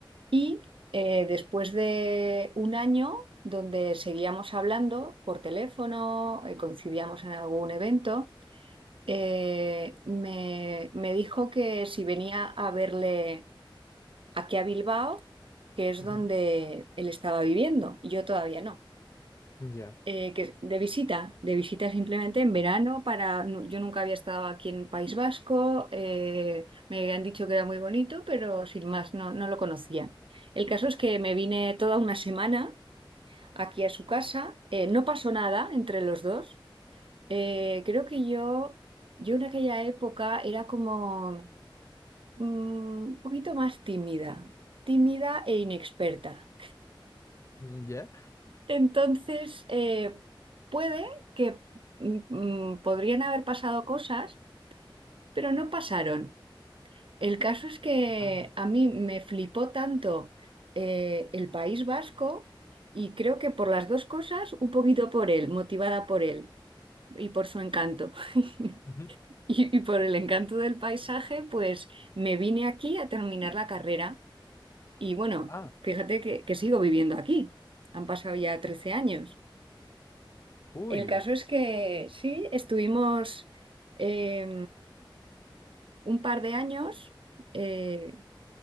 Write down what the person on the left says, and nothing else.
Ujú,
Ya,
mm, ya.
Ah,
ujú.
Ah,
uy.